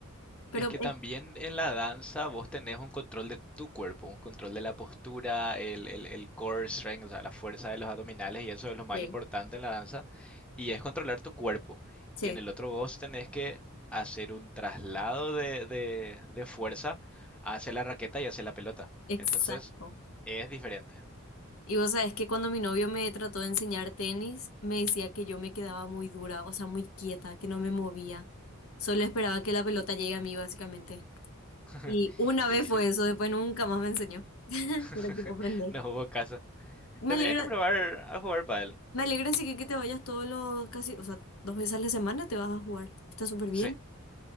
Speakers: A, on the left; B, in the centre.
A: Pero
B: Es que también
A: eh,
B: en la danza vos tenés un control de tu cuerpo, un control de la postura, el, el, el core strength, o sea, la fuerza de los abdominales y eso es lo más
A: sí,
B: importante en la danza y es controlar tu cuerpo.
A: sí,
B: Y en el otro vos tenés que hacer un traslado de, de, de fuerza hacia la raqueta y hacia la pelota.
A: exacto.
B: Entonces es diferente.
A: Y vos sabés que cuando mi novio me trató de enseñar tenis, me decía que yo me quedaba muy dura, o sea, muy quieta, que no me movía. Solo esperaba que la pelota llegue a mí, básicamente.
B: <laughs>
A: Y una vez
B: Y sí,
A: fue eso, después nunca más me enseñó. <laughs>
B: <laughs>
A: Pero quiero aprender.
B: no hubo caso.
A: Me
B: Tendría
A: alegra,
B: que probar a jugar pádel.
A: me alegra así que, que te vayas todos los casi, o sea, dos veces a la semana te vas a jugar. Está súper bien.
B: Sí,